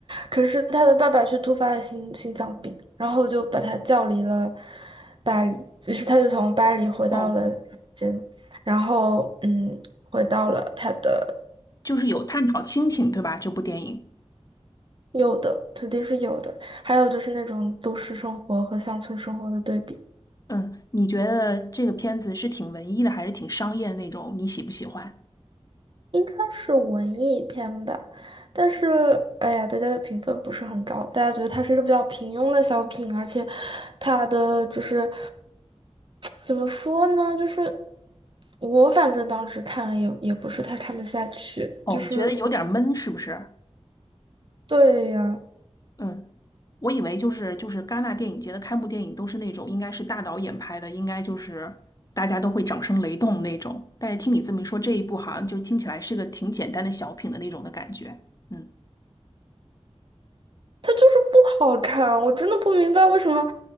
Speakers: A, on the right; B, on the left.
A: 可是他的爸爸却突发了心心脏病，然后就把他叫离了巴黎，于是他就从巴黎回到了间，
B: 哦，
A: 然后嗯，回到了他的
B: 就是有探讨亲情，对吧？这部电影，
A: 有的肯定是有的，还有就是那种都市生活和乡村生活的对比。
B: 嗯，你觉得这个片子是挺文艺的，还是挺商业的那种？你喜不喜欢？
A: 应该是文艺片吧，但是哎呀，大家的评分不是很高，大家觉得它是一个比较平庸的小品，而且它的就是怎么说呢，就是我反正当时看了也也不是太看得下去，
B: 哦，
A: 就是
B: 你觉得有点闷，是不是？
A: 对呀，
B: 嗯，我以为就是就是戛纳电影节的开幕电影都是那种应该是大导演拍的，应该就是大家都会掌声雷动那种。但是听你这么一说，这一部好像就听起来是个挺简单的小品的那种的感觉。嗯
A: 它就是不好看，我真的不明白为什么，